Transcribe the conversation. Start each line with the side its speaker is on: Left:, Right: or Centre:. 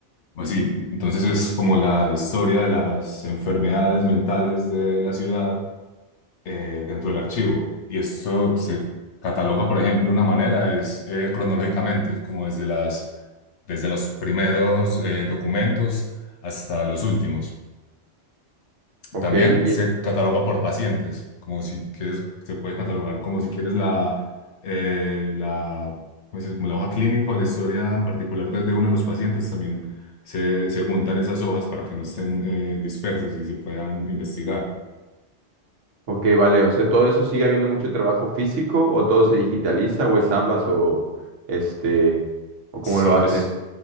Left: o así. Entonces es como la historia de las enfermedades mentales de la ciudad eh, dentro del archivo. Y esto se cataloga, por ejemplo, una manera es eh, cronológicamente, como desde las, desde los primeros eh, documentos hasta los últimos.
Right: ok,
Left: También
Right: y-
Left: se cataloga por pacientes, como si quieres, se puede catalogar como si quieres la, eh, la, ¿cómo se dice? como la hoja clínica o la historia en particular de, de uno de los pacientes, también se, se juntan esas hojas para que no estén eh, dispersas y se puedan investigar.
Right: ok, vale. O sea, ¿todo eso sigue habiendo mucho trabajo físico o todo se digitaliza o es ambas o este, o cómo
Left: Sí,
Right: lo hacen?
Left: pues